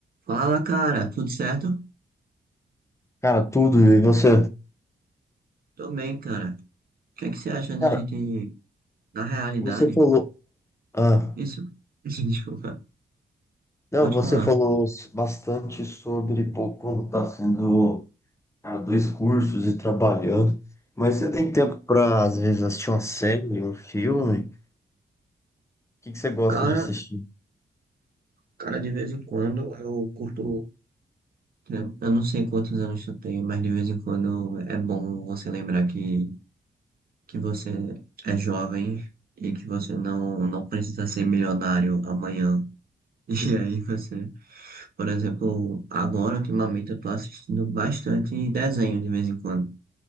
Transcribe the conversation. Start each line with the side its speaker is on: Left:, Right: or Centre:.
Right: Fala, cara, tudo certo?
Left: Cara, tudo. E você?
Right: Tô bem, cara. O que é que você acha da
Left: Cara,
Right: gente, na realidade?
Left: você falou. Ah,
Right: Isso, <laughs> desculpa,
Left: não,
Right: pode
Left: você
Right: falar.
Left: falou bastante sobre pô, como tá sendo cara, dois cursos e trabalhando. Mas você tem tempo pra, às vezes, assistir uma série, um filme? O que que você gosta
Right: Cara,
Left: de assistir?
Right: cara, de vez em quando eu curto, né, eu não sei quantos anos tu tem, mas de vez em quando é bom você lembrar que, que você é jovem e que você não, não precisa ser milionário amanhã. <laughs> E aí você, por exemplo, agora ultimamente eu tô assistindo bastante desenho de vez em quando,